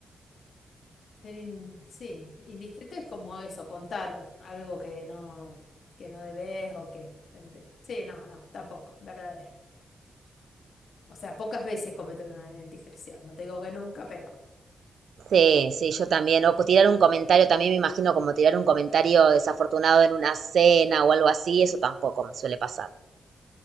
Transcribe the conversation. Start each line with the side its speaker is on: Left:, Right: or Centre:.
Left: Ser in- sí, indiscreto es como eso, contar algo que no, que no debes o que te metes. Sí, no, no, tampoco, verdadero. O sea, pocas veces cometo una indiscreción. No te digo que nunca, pero
Right: Sí, sí, yo también. O pues tirar un comentario, también me imagino como tirar un comentario desafortunado en una cena o algo así, eso tampoco me suele pasar.